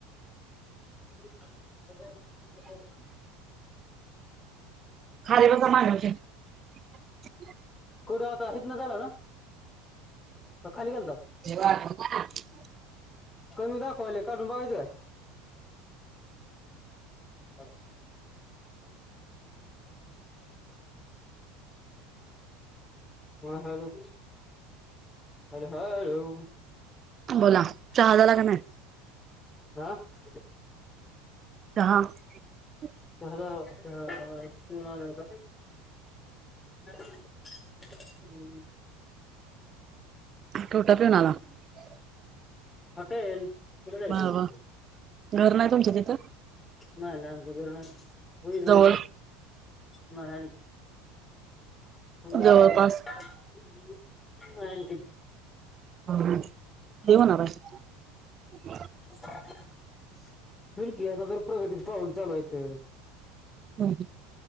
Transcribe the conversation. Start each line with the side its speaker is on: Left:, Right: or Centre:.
Left: <unintelligible>
Right: खलील समानज. <unintelligible> <inaudible>
Left: कुठं आता हथ ना झालं ना. <inaudible> <unintelligible> का खाली गेलताव
Right: वाट. <unintelligible> <inaudible>
Left: कमी दाखवाले काढून बघायचं काय. <inaudible> का. <unintelligible> <inaudible> म्हण हॅलो-हॅलो अर ह. <unintelligible> <inaudible>
Right: बोला चहाजला का नाही. <unintelligible> <inaudible>
Left: आ. <unintelligible>
Right: जहा. <inaudible>
Left: श नाता. <unintelligible> <inaudible> <inaudible> हम्म. <inaudible>
Right: टोटा पिऊनला. <inaudible>
Left: ह का क जा
Right: बर
Left: तिथ.
Right: बर घर नाही तुमच्या तिथं,
Left: नाही लंब वैर नाही होईल होईल.
Right: जवळ
Left: नाही आहे न, <inaudible> हो आमचं
Right: जवळपास
Left: घर <inaudible> आणखी.
Right: ह क होणार. <inaudible>
Left: <unintelligible> बोल की आता तर प्रगतीच पाऊल चालूयचं
Right: <inaudible> हम्